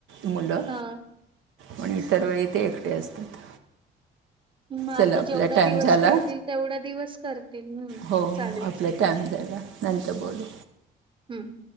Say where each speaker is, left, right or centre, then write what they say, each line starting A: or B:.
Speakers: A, on the right; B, on the right.
A: मुलं.
B: हां.
A: पण इतर वेळी ते एकटे असतात.
B: म आता
A: चला आपला
B: जेवढा
A: टाईम
B: दिवस
A: झाला
B: करतील, तेवढा दिवस करतील, हम्म!
A: हो
B: चालेल,
A: आपला
B: चालेल.
A: टाईम झाला नंतर बोलू.
B: हम्,